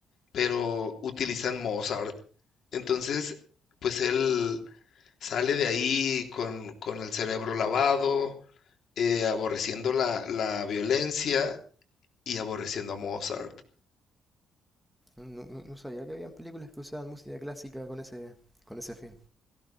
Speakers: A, on the left; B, in the centre.
A: pero utilizan Mozart. Entonces, pues él sale de ahí con, con el cerebro lavado, eh, aborreciendo la, la violencia y aborreciendo a Mozart.
B: No, no- no sabía que habían películas que usaban música clásica con ese, con ese fin.